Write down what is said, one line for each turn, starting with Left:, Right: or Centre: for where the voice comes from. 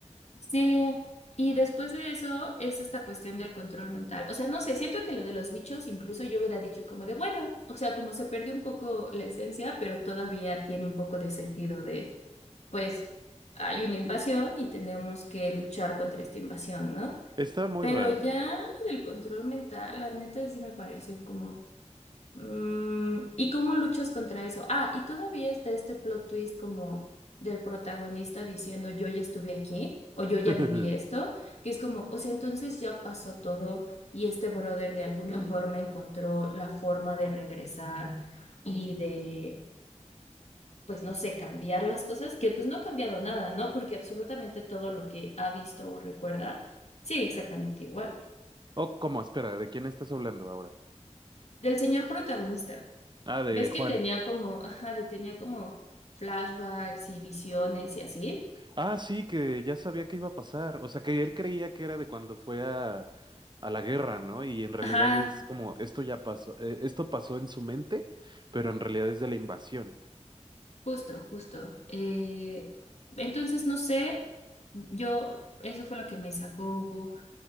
Left: Sí, y después de eso es esta cuestión del control mental. O sea, no sé, siento que lo de los bichos incluso yo hubiera dicho como de, bueno, o sea, como se perdió un poco la esencia, pero todavía tiene un poco de sentido de, pues, hay una invasión y tenemos que luchar contra esta invasión, ¿no?
Right: Está muy
Left: Pero
Right: raro.
Left: ya lo del control mental, la neta sí me pareció como... Mm, ¿y cómo luchas contra eso? Ah, y todavía está este plot twist como del protagonista diciendo yo ya estuve aquí o yo ya
Right: <laughs>
Left: viví esto, que es como, o sea, entonces ya pasó todo y este brother de alguna Ujú. forma encontró la forma de regresar y de, pues no sé, cambiar las cosas, que pues no ha cambiado nada, ¿no? Porque absolutamente todo lo que ha visto o recuerda sigue exactamente igual.
Right: Oh, ¿cómo? Espera, ¿de quién estás hablando ahora?
Left: Del señor protagonista.
Right: Ah, de
Left: ¿Ves
Right: Juan.
Left: que tenía como, ajá, de- tenía como flashbacks y visiones y así?
Right: Ah, sí, que ya sabía que iba a pasar. O sea, que él creía que era de cuando fue a, a la guerra, ¿no? Y en realidad
Left: Ajá,
Right: es como, esto ya pasó, eh, esto pasó en su mente, pero en realidad es de la invasión.
Left: justo, justo. Eh, entonces, no sé, yo, eso fue lo que me sacó